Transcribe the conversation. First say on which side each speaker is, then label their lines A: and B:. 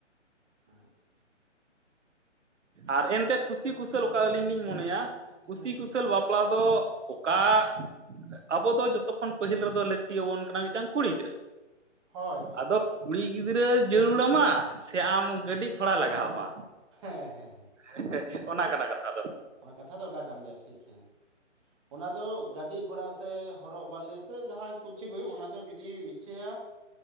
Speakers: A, on the right (about 25°); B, on the right (about 70°).
A: <unintelligible>
B: ᱟᱨ ᱮᱱᱛᱮ ᱠᱩᱥᱤ ᱠᱩᱥᱟᱹᱞ ᱚᱠᱟ ᱟᱹᱞᱤᱧ ᱞᱤᱧ ᱢᱚᱱᱮᱭᱟ ᱠᱩᱥᱤ
A: ᱦᱮᱸ
B: ᱠᱩᱥᱟᱹᱞ ᱵᱟᱯᱞᱟ ᱫᱚ, ᱚᱠᱟ <unintelligible> ᱟᱵᱚ ᱫᱚ ᱡᱚᱛᱚ ᱠᱷᱚᱱ ᱯᱟᱹᱦᱤᱞ ᱨᱮᱫᱚ ᱞᱟᱹᱠᱛᱤᱭᱟᱵᱚᱱ ᱠᱟᱱᱟ ᱢᱤᱫᱴᱟᱝ ᱠᱩᱲᱤ ᱜᱤᱫᱽᱨᱟᱹ
A: ᱦᱳᱭ ᱦᱳᱭ
B: ᱟᱫᱚ,
A: ᱦᱮᱸ
B: ᱠᱩᱲᱤ ᱜᱤᱫᱽᱨᱟᱹ ᱡᱟᱹᱨᱩᱲᱢᱟ ᱥᱮ ᱟᱢ ᱜᱟᱹᱰᱤ ᱜᱷᱚᱲᱟ ᱞᱟᱜᱟᱣᱢᱟ᱾
A: ᱦᱮᱸ ᱦᱮᱸᱦᱮᱸ
B: <unintelligible> ᱚᱱᱟ ᱠᱟᱱᱟ ᱠᱟᱛᱷᱟ ᱫᱚ᱾
A: ᱚᱱᱟ ᱠᱟᱛᱷᱟ ᱫᱚ ᱚᱱᱟ ᱠᱟᱱ ᱜᱮᱭᱟ ᱴᱷᱤᱠ ᱦᱮᱸ ᱚᱱᱟ ᱫᱚ ᱜᱟᱹᱰᱤ ᱜᱷᱚᱲᱟᱼᱼ ᱥᱮ ᱦᱚᱨᱚᱜ ᱵᱟᱸᱫᱮ ᱥᱮ ᱡᱟᱦᱟᱸ ᱠᱤᱪᱷᱩ ᱦᱩᱭᱩᱜ ᱚᱱᱟ ᱫᱚ ᱡᱩᱫᱤ ᱤᱪᱪᱷᱟᱹᱭᱟ